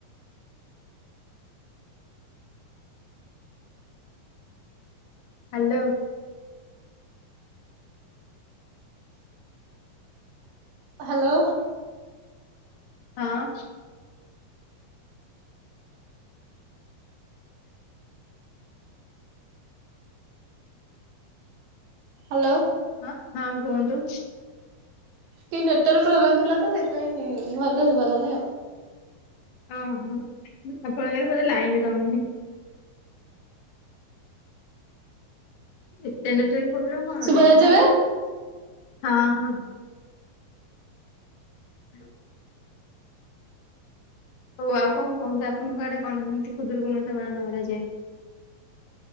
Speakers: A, on the left; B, on the right.
A: ହ୍ୟାଲୋ।
B: ହ୍ୟାଲୋ।
A: ହଁ
B: ହ୍ୟାଲୋ।
A: ହଁ, ହ କୁହନ୍ତୁ
B: କି ନେଟାର ପ୍ରୋଗ୍ଲେମ୍ ଥିଲା ତ ସେଇଥିାଇଁ ଭଲଟେ ଶୁଭାଗଲାନି ଆଉ
A: ଅହୋ ଆପଣଙ୍କର ବେଳେ ଲାଇନ ରହୁନି ଏତେ ନେ ଟ୍ରେ ପ୍ରୋବ୍ଲେମ କଣ ଗୋଟେ
B: ଶୁଭା ଯାଉଛି ଏବେ
A: ହଁ, ହଁ <unintelligible> ହଉ ଆଉ କଣ କୁହନ୍ତୁ ଆପଣଙ୍କ ଆଡ଼େ କଣ ହଉଛି ଖୁଦୁରୁକୁଣି ଓଷା ପାଳନ କରାଯାଏ